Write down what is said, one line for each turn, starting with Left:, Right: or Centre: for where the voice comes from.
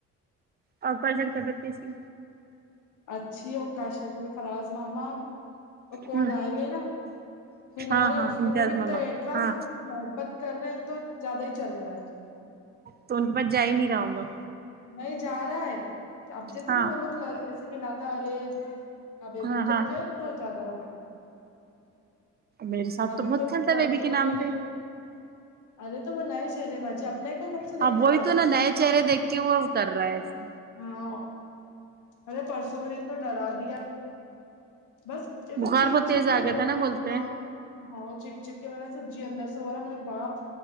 Right: اور بھائی جن طبیعت کیسی
Left: اچھی ہے اوکشا فراز ماما اور کون
Right: ہ
Left: آئے ہو نا کھلا
Right: ہاں
Left: رہے
Right: ہاں
Left: ہیں اس
Right: امتیاز
Left: کو وہ بھی
Right: ماما
Left: تو الٹرا
Right: ہاں
Left: ساؤ محبت کر رہے ہیں تو زیادہ ہی چل رہا ہے
Right: تو ان کے پاس جا ہی نہیں رہا ہوں گا
Left: نہیں جا رہا ہے اب جیسے
Right: ہاں
Left: بھی وہ لوگ ل سے کھلاتا ارے اب
Right: ہاں
Left: بھی
Right: ہاں
Left: کر کے تو زیادہ وہ کر تا
Right: میرے ساتھ
Left: ابھی
Right: بہت
Left: تو
Right: کھیلتا
Left: پرسوں
Right: ہے بیبی نام
Left: کے
Right: پہ
Left: دن ارے تو وہ نئے چہرے باجی اپنے کو سے دیکھتے
Right: ہاں وہی
Left: ہوئے آ
Right: تو
Left: رہا وہ
Right: نا نئے چہر دیکھ کے وہ کر رہا ہے ایسا
Left: ہاں ارے پرسوں کے دن تو ڈرا دیا بس ا تو
Right: بخار
Left: چیخ
Right: بہت تیز
Left: چیخ
Right: آ
Left: کے رو
Right: گیا تھا
Left: رہا
Right: نا بولتے
Left: رو رہا
Right: ہیں
Left: ہاں چک چک کے میرا سب جی اندر سے ہو رہا ہے میرا باپ